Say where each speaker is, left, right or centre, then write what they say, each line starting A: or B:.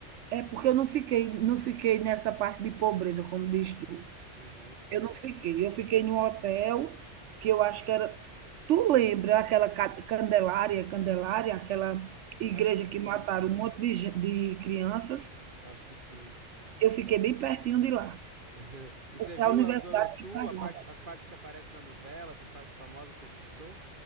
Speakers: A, on the right (about 75°); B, on the right (about 40°).
A: É porque eu não fiquei não fiquei nessa parte de pobreza, como diz tu.
B: Uhum.
A: Eu não fiquei, eu fiquei num hotel que eu acho que era tu lembra aquela ca- Candelária, Candelária, aquela igreja
B: Acho que sim,
A: que mataram um monte de, gen- de crianças?
B: acho que sim.
A: Eu fiquei bem pertinho de lá,
B: <laughs> E
A: porque
B: você viu
A: é a universidade
B: a Zona Sul,
A: que pagava.
B: a parte, as partes que aparecem na novela, essas partes famosas, você visitou?